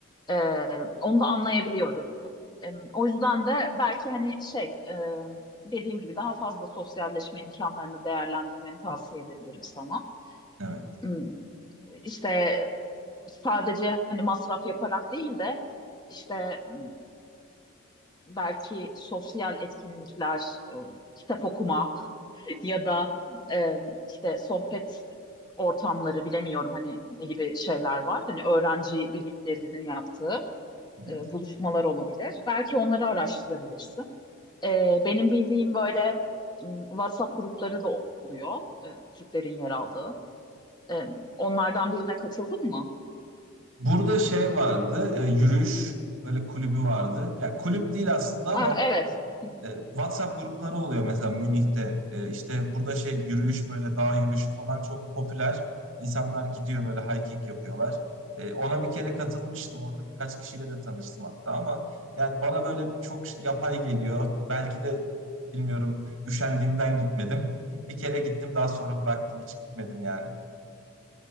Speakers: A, on the left; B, on the right.
A: Ee, onu da anlayabiliyorum. E, o yüzden de belki hani şey e, dediğim gibi daha fazla sosyalleşme imkanlarını değerlendirmeni tavsiye edebilirim sana.
B: Evet.
A: Hmm, İşte sadece hani masraf yaparak değil de işte hmm, belki sosyal etkinlikler, e, kitap okuma <laughs> ya da e, işte sohbet ortamları bilemiyorum hani ne gibi şeyler var. Hani öğrenci birliklerinin yaptığı
B: evet.
A: e, buluşmalar olabilir. Belki onları araştırabilirsin. Ee, benim bildiğim böyle m, WhatsApp grupları da oluyor, e, Türklerin yer aldığı. E, onlardan birine katıldın mı?
B: Burada şey vardı, e, yürüyüş böyle kulübü vardı. Ya kulüp değil aslında ama
A: Ah, evet. Hı hı.
B: e, WhatsApp grupları oluyor mesela Münih'te. E, işte burada şey yürüyüş böyle dağ yürüyüşü falan çok popüler. İnsanlar gidiyor böyle hiking yapıyorlar. E, ona bir kere katılmıştım. Orada birkaç kişiyle de tanıştım hatta ama yani bana böyle çok yapay geliyor. Belki de bilmiyorum üşendiğimden gitmedim. Bir kere gittim daha sonra bıraktım hiç gitmedim yani.